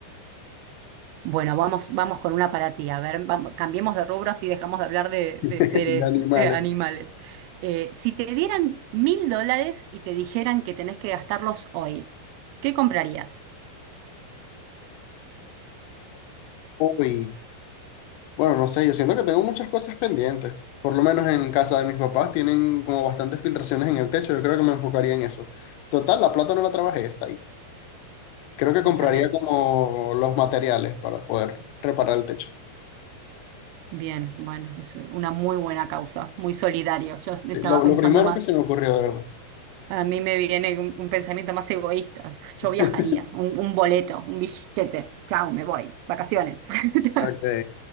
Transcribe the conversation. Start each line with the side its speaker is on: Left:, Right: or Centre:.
Right: Bueno, vamos, vamos con una para ti. A ver, vam- cambiemos de rubros y dejamos de hablar de,
Left: <laughs>
Right: de seres
Left: de animales.
Right: eh, animales. Eh, si te dieran mil dólares y te dijeran que tenés que gastarlos hoy, ¿qué comprarías?
Left: Uy, bueno, no sé, yo siento que tengo muchas cosas pendientes. Por lo menos en casa de mis papás tienen como bastantes filtraciones en el techo. Yo creo que me enfocaría en eso. Total, la plata no la trabajé, está ahí. Creo que compraría
Right: Totalmente.
Left: como los materiales para poder reparar el techo.
Right: Bien, bueno, es una muy buena causa, muy solidario. Yo estaba
Left: Sí, Lo,
Right: pensando
Left: lo primero
Right: más,
Left: que se me ocurrió, de verdad.
Right: a mí me viene un, un pensamiento más egoísta. Yo
Left: <laughs>
Right: viajaría, un, un boleto, un billete. Chau, me voy, vacaciones. <laughs>
Left: Ok.